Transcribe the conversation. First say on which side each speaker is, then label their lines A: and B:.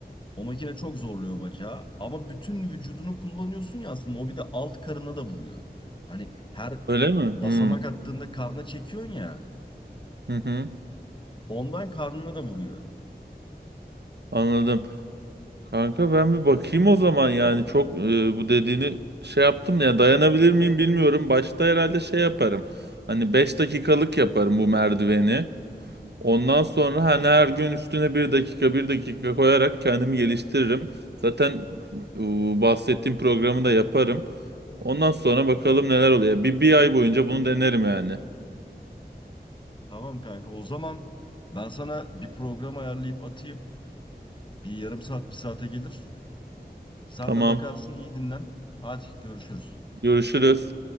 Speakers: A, on the left; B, on the right.
A: O makine çok zorluyor bacağı ama bütün vücudunu kullanıyorsun ya aslında o bir de alt karına da vuruyor. Hani her
B: Öyle mi?
A: basamak
B: Hmm.
A: attığında karna çekiyorsun ya
B: Hı hı.
A: ondan karnına da vuruyor.
B: Anladım. Kanka ben bir bakayım o zaman yani çok e, bu dediğini şey yaptım ya dayanabilir miyim bilmiyorum. Başta herhalde şey yaparım. Hani 5 dakikalık yaparım bu merdiveni. Ondan sonra hani her gün üstüne bir dakika bir dakika koyarak kendimi geliştiririm. Zaten bu bahsettiğim programı da yaparım. Ondan sonra bakalım neler oluyor. Bir, bir ay boyunca bunu denerim yani.
A: Tamam kanka o zaman ben sana bir program ayarlayıp atayım. Bir yarım saat bir saate gelir. Sen
B: Tamam.
A: de bakarsın iyi dinlen. Hadi görüşürüz.
B: Görüşürüz.